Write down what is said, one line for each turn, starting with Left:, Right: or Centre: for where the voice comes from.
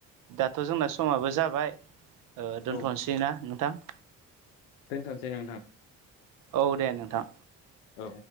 Right: दाथ' जोंना समाबो जाबाय ओ दोनथ'नोसै
Left: औ
Right: ना नोंथां?
Left: दोनथ'सै नोंथां
Right: औ दे नोंथां
Left: औ